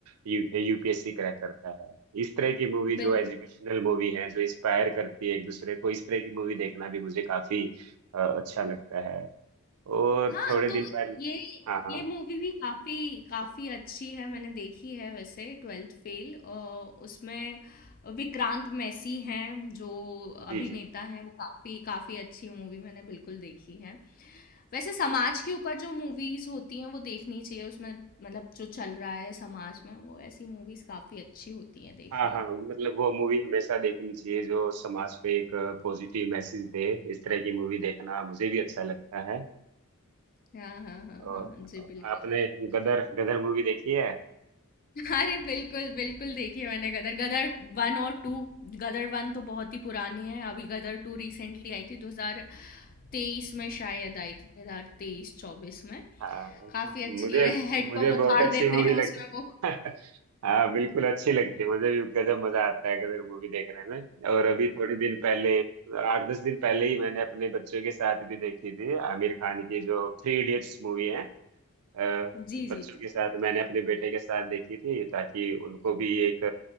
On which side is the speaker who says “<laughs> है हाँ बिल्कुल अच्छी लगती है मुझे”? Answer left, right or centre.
Right